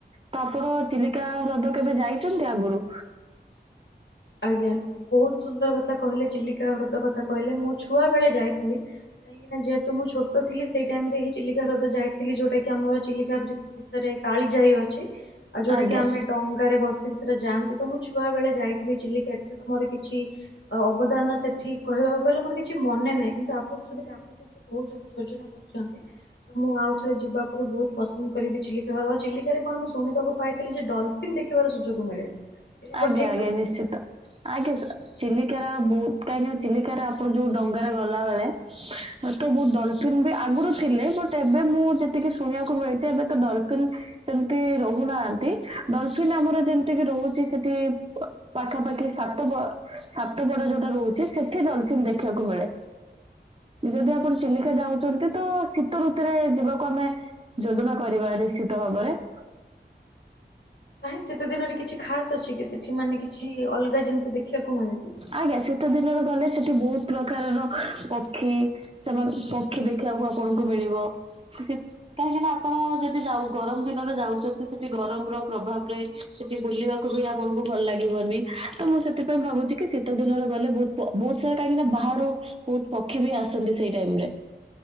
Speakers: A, on the right; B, on the left.
A: ତ ଆପଣ ଚା ଚିଲିକା ହ୍ରଦ କେବେ ଯାଇଛନ୍ତି ଆଗରୁ?
B: ଆଜ୍ଞା ବହୁତ ସୁନ୍ଦର କଥା କହିଲେ ଚିଲିକା ହ୍ରଦ କଥା କହିଲେ ମୁଁ ଛୁଆ ବେଳେ ଯାଇଥିଲି। କାଇଁକିନା ଯେହେତୁ ମୁଁ ଛୋଟଥିଲି ସେଇ ଟାଇମରେ ହିଁ ଚିଲିକା ହ୍ରଦ ଯାଇଥିଲି ଯୋଉଟା କି ଆମର ଚିଲିକା <unintelligible> ଭିତରେ କାଳୀଯାଇ ଅଛି। ଆଉ ଯୋଉଟା
A: ଆଜ୍ଞା
B: କିି ଆମେ ଡଙ୍ଗାରେ ବସିକି ସେଟା ଯାଆନ୍ତି ତ ମୁଁ ଛୁଆ ବେଳେ ଯାଇଥି ଏତେ ତ ମୋର କିଛି ଅବଦାନ ସେଠି କହିବାକୁ ଗଲେ ମୋର କିଛି ମନେ ନାହିଁ କିନ୍ତୁ ଆପଣ ଯଦି କହୁଛନ୍ତି ଯୋଜନା କରୁଛନ୍ତି ତ ମୁଁ ଆଉ ଥରେ ଯିବାକୁ ବି ବହୁତ ପସନ୍ଦ କରିବି ଚିଲିକା ହବା ଚିଲିକାରେ କଣ ମୁଁ ଶୁଣିବାକୁ ପାଇଥିଲି ଯେ ଡଲଫିନ୍ ଦେଖିବାର ସୁଯୋଗ ମିଳେ ଏଇଟା
A: ଆଜ୍ଞା
B: କଣ ଠିକ
A: ଆଜ୍ଞା ନିଶ୍ଚିତ ଆଜ୍ଞା ଚିଲିକାର ବ କାହିଁକିନା ଚିଲିକାରେ ଆପଣ ଯୋଉ ଡଙ୍ଗାରେ ଗଲା ବେଳେ ତ ବହୁତ ଡଲଫନ୍ ବି ଆଗରୁ ଥିଲେ ବଟ ଏବେ ମୁଁ ଯେତିକି ଶୁଣିବାକୁ ମିଳିଛି ଏବେ ତ ଡଲଫିିନ ସେମିତି ରହୁନାହାନ୍ତି ଡଲଫିନ୍ ଆମର ଯେମିତିକି ରହୁଛି ସେଠି ପାଖାପାଖି ସାତ ପ ସାତ ପଡା ଯୋଉଟା ରହୁଚି, ସେଠି ଡଲଫିନ୍ ଦେଖିବାକୁ ମିଳେ। ଯଦି ଆପଣ ଚିଲିକା ଯାଉଚନ୍ତି ତ ଶୀତ ଋତୁରେ ଯିବାକୁ ଆମେ ଯୋଜନା କରିବା ନିଶ୍ଚିତ ଭାବରେ <inaudible>
B: କାଇଁ ଶୀତ ଦିନରେ କିଛି ଖାସ ଅଛି କି ସେଠି ମାନେ କିଛି ଅଲଗା ଜିନିଷ ଦେଖିବାକୁ ମିଳେ କି?
A: ଆଜ୍ଞା ଶୀତ ଦିନରେ ଗଲେ ସେଠି ବହୁତ ପ୍ରକାରର ପକ୍ଷୀ, ସେମାନେ ପକ୍ଷୀ ଦେଖିବାକୁ ଆପଣଙ୍କୁ ମିଳେ। ଳିବ। ସେ କାହିଁକିନା ଆପଣ ଯଦି ଯାଉ ଗରମ ଦିନରେ ଯାଉଚନ୍ତି ସେଠି ଗରମର ପ୍ରଭାବରେ ଯେ ବୁଲିବାକୁ ବୁଲିବା ଆପଣଙ୍କୁ ଭଲ ଲାଗିବନି। ତ ମୁଁ ସେଥିପାଇଁ ଭାବୁଚି କି ଶୀତ ଦିନରେ ଗଲେ ବହୁତ ପ ବହୁତ ସାରା କାହିଁକି ନା ବ ବାହାରୁ ବହୁତ ପକ୍ଷୀ ବି ଆସନ୍ତି ସେଇ ଟାଇମ ରେ